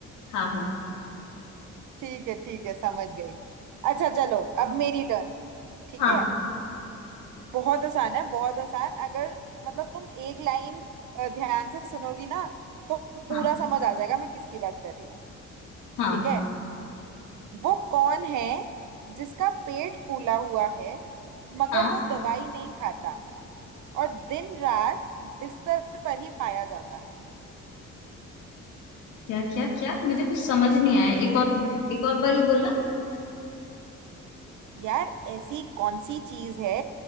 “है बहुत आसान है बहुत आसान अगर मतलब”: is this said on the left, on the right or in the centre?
Right